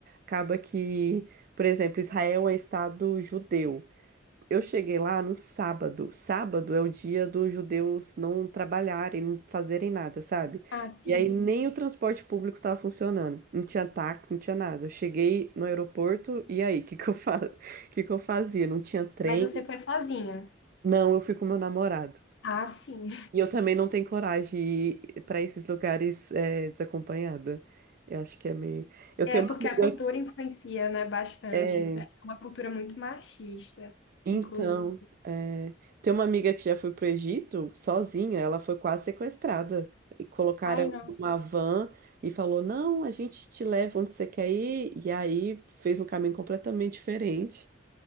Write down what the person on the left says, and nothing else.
Ah, sim.
Mas você foi sozinha.
Ah, sim.
É,
porque
a cultura influencia, né, bastante.
É uma cultura muito machista,
inclusive.
Ai,
não.